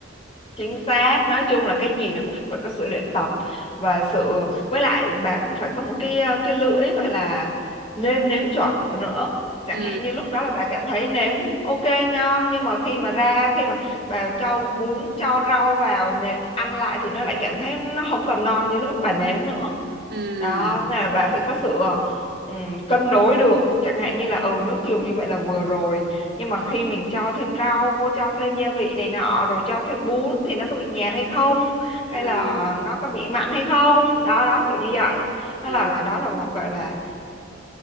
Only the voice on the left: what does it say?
chính xác nói chung là cái gì nó cũng phải có sự luyện tập và sự với lại bà cũng phải có một cái ờ, cái lưỡi gọi là nêm nếm chuẩn nữa chẳng
hạn như lúc đó là bà cảm thấy nếm ok ngon nhưng mà khi mà ra khi mà bà cho bún cho rau vào nè, ăn lại thì nó lại cảm thấy nó không còn ngon như lúc bà nếm nữa
đó nghĩa là bà phải có sự ờ, ừm, cân đối được chẳng hạn như là ừ nước dùng như vậy là vừa rồi nhưng mà khi mình cho thêm rau cho thêm gia vị này nọ rồi cho thêm bún thì nó có bị nhạt hay không hay
là nó có bị mặn hay không đó đó kiểu như vậy đó
là đó là một gọi là